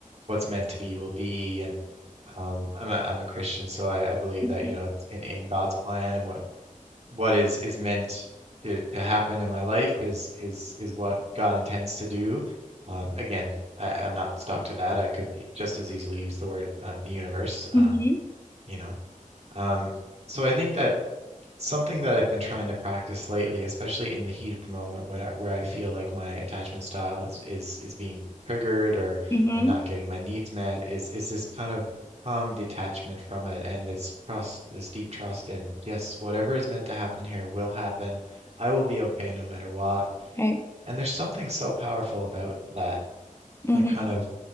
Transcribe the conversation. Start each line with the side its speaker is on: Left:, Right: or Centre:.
Right: what's meant to be will be. And um, I'm a I'm a Christian, so I, I believe
Left: Mm-hmm.
Right: that you know it's in, in God's plan and what what is is meant to, to happen in my life is is is what God intends to do. Um, again, I, I'm not stuck to that. I could just as easily use the word um, the universe. Um,
Left: Mm-hmm. Mm-hmm.
Right: you know. Um, so I think that Something that I've been trying to practice lately, especially in the heat of the moment when I, where I feel like my attachment style is, is is being triggered or
Left: mm-hmm,
Right: I'm not getting my needs met, is is this kind of calm detachment from it and this trust, this deep trust in, yes, whatever is meant to happen here will happen. I will be okay no matter what.
Left: Right.
Right: And there's something so powerful about that,
Left: Mm-hmm.
Right: like kind of